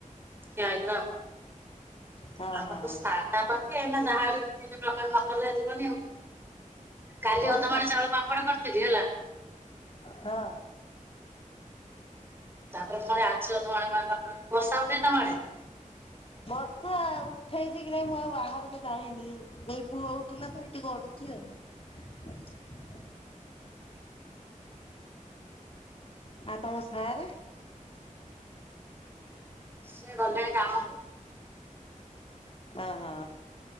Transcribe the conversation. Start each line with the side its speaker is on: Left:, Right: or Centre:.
Right: ଖିଆ ହେଇଥିଲା ଆଉ।
Left: ହଁ
Right: ଆମେ
Left: ହଁ
Right: ତ ସାଟା ପତି ଏ ଜାଡ ଦେ <inaudible> ଯିବନି ଆଉ। କାଲି
Left: କଣ
Right: ଅଧମାଣ
Left: ପାଇଁ
Right: ଚାଉଳ ପାମ୍ପଡ କରଥିଲି। <unintelligible> ହେଲା।
Left: ହଁ।
Right: ତାପରେ ଥରେ ଆଛ ବର୍ଷା ଉଠେଇଚି ତମଆଡେ।
Left: ବର୍ଷା ଉଠେଇଛି କି ନାଇଁ ମୁଁ ଆଉ ବାହାରକୁ ଯାଇନି, ଏଇ ପୁଅ ଉଠିଲ ତ ଏଇଠି ଗଡୁଛି ଆଉ। ଆଉ ତମ ସାରେ।
Right: ସେ ଗଲେ କାମ
Left: ଅହ